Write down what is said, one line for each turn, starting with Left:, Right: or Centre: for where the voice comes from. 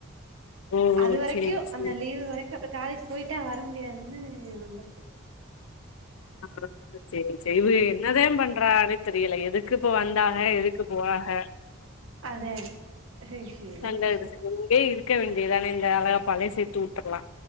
Left: ஓ
Right: அது வரைக்கு
Left: சேரி சேரி
Right: அந்த லீவு வரைக் அப்றோ காலேஜ் போய்ட்டா வர முடியாதுன்னு வந்துருக்கு
Left: அப்பற சேரி சே இவ என்னதா பண் றானே தெரியல எதுக் குப்போ வந்தாக எதுக்கு போறாக
Right: அதே ஐயோ
Left: சண்ட
Right: ஐயோ
Left: இருக் இங்கே இருக் க வேண்டியதான இந்த அழகப்பாலே சேத்து உட்ரலா